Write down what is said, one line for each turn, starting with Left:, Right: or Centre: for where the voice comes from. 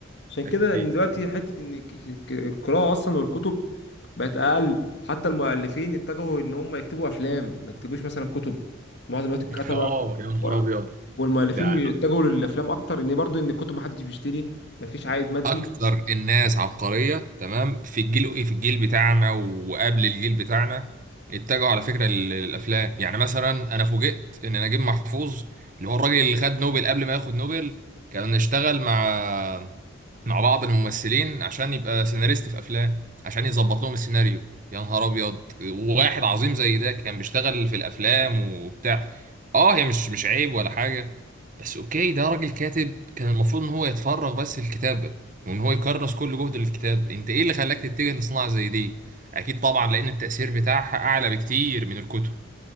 Left: عشان كده
Right: اكيد
Left: ان دلوقتي
Right: <laughs>
Left: حته ان ك- ك- ك- القراءه اصلا والكتب بقت اقل حتى المؤلفين اتجهوا ان هم يكتبوا افلام ما يكتبوش مثلا كتب معظم الوقت الكتبه
Right: اه يا نهار
Left: و-
Right: ابيض
Left: والمؤلفين
Right: ده
Left: بيتجهوا للافلام اكتر ان برضو ان الكتب محدش بيشتري مفيش عائد مادي
Right: اكتر الناس عبقريه تمام في الجيل ايه في الجيل بتاعنا وقبل الجيل بتاعنا اتجهوا على فكره لل- للافلام يعني مثلا انا فوجئت ان نجيب محفوظ اللي هو الراجل اللي خد نوبل قبل ما ياخد نوبل كان اشتغل مع مع بعض الممثلين عشان يبقى سيناريست في افلام عشان يظبط لهم السيناريو يا نهار ابيض وواحد عظيم زي ده كان بيشتغل في الافلام وبتاع اه هي مش مش عيب ولا حاجه بس اوكي ده راجل كاتب كان المفروض ان هو يتفرغ بس للكتابه وان هو يكرس كل جهده للكتاب انت ايه اللي خلاك تتجه لصناعه زي دي اكيد طبعا لان التاثير بتاعها اعلى بكتير من الكتب